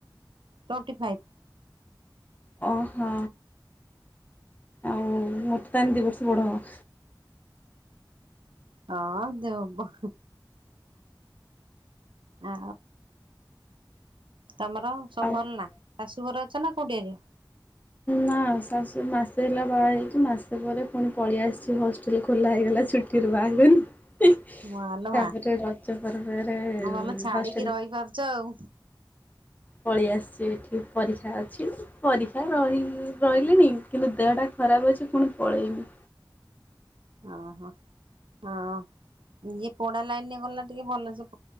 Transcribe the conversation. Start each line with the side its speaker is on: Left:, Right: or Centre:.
Right: ଟ୍ୱଣ୍ଟି ଫାଇଭ୍।
Left: ଓଃ ହୋ ଆଉ ମୋଠୁ ତା ହେଲେ ଦୁଇ ବର୍ଷ ବଡ଼ ଆଉ।
Right: ହଁ ଦେବ। ଆ। ତମର ସବୁ
Left: ଆଉ
Right: ଭଲ ନା ଶାଶୁଘର ଅଛ ନା କୋଉଠି ଆ।
Left: ନାଁ। ହଁ ମାସେ ହେଲା ବାହା ହେଇଛି ମାସ ପରେ ପୁଣି ପଳେଇ ଆସିଛି ହଷ୍ଟେଲ ଖୋଲା ହେଇଗଲା ଛୁଟିର ବା <inaudible> ତାପରେ
Right: ମାଲୋ ମା
Left: ରଜ ପର୍ବରେ
Right: ଭଲ ଛାଡିକି
Left: ହଷ୍ଟେଲ।
Right: ରହିପାରୁଛ ଆଉ
Left: ପଳେଇ ଆସିଛି ଏଠି ପରୀକ୍ଷା ଅଛି ପରୀକ୍ଷା ରହି ରହିଲିଣି କିନ୍ତୁ ଦେହଟା ଖରାପ ଅଛି ପୁଣି ପଳେଇବି।
Right: ହ ହୋ ହଁ। ଇଏ ପଢା ଲାଇନରେ ଗଲା ଟିକେ ଭଲ ସେ